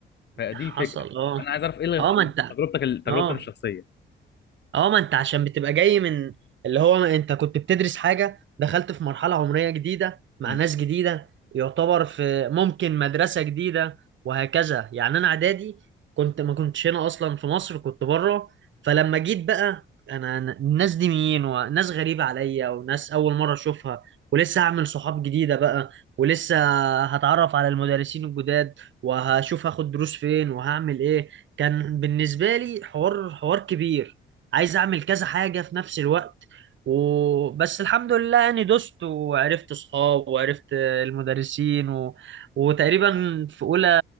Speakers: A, on the left; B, on the right.
A: فدي
B: حصل
A: الفكره
B: اه
A: انا عايز اعرف ايه اللي-
B: اه ما انت
A: تجربتك ال- تجربتك
B: اه
A: الشخصيه
B: اه ما انت عشان بتبقى جاي من اللي هو ما انت كنت بتدرس حاجة دخلت في مرحلة عمرية جديدة مع
A: م-
B: ناس جديدة يعتبر في ممكن مدرسة جديدة وهكذا يعني انا اعدادي كنت ما كنتش هنا اصلا في مصر كنت بره فلما جيت بقى انا أنا- الناس دي مين وناس غريبة عليا وناس اول مرة اشوفها ولسه هعمل صحاب جديدة بقى ولسه هتعرف على المدرسين الجداد وهشوف هاخد دروس فين وهعمل ايه كان بالنسبة لي حوار حوار كبير عايز اعمل كذا حاجه في نفس الوقت وبس الحمد لله يعني دوست وعرفت صحاب وعرفت المدرسين و... وتقريبا في اولى